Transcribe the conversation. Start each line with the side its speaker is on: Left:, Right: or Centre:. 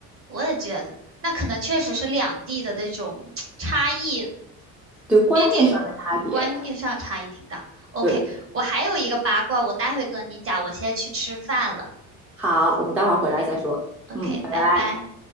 Right: 我也觉得，那可能确实是两地的那种 <tsk> 差异，
Centre: 对观念上的差别。
Right: 毕竟，嗯，观念上差异挺大。OK，
Centre: 对，
Right: 我还有一个八卦，我待会跟你讲，我先去吃饭了。
Centre: 好，我们待会儿回来再说。
Right: OK，OK，
Centre: 嗯，拜拜。
Right: 拜拜。